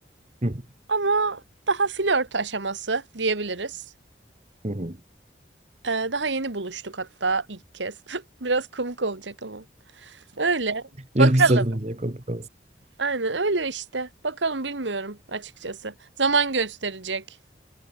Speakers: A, on the right; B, on the right.
A: Hı hı,
B: Ama daha flört aşaması diyebiliriz.
A: hı hı.
B: Ee, daha yeni buluştuk hatta ilk kez. <laughs> Biraz komik olacak ama. Öyle.
A: Yok
B: Bakalım.
A: canım diye komik
B: Aynen öyle işte. Bakalım bilmiyorum açıkçası. Zaman gösterecek.